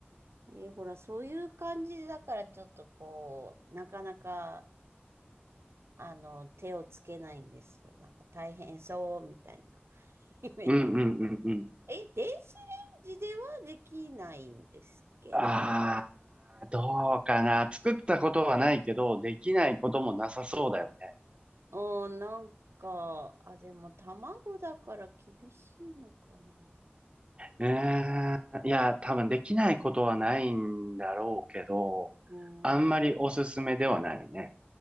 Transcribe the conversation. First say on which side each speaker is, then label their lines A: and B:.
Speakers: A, on the right (about 85°); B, on the right (about 25°).
A: えーほら、そういう感じだから、ちょっとこう、なかなか、あの、手をつけないんですよ。なんか大変そうみたいなイメージ。
B: うんうんうんうん。
A: え、電子レンジではできないんですっけ
B: ああ、どうかな。作ったことはないけど、できないこともなさそうだよね。
A: うなんか、あ、でも卵だから厳しいのかな。
B: えー、いや、多分できないことはないんだろうけど、
A: うん。
B: あんまりおすすめではないね。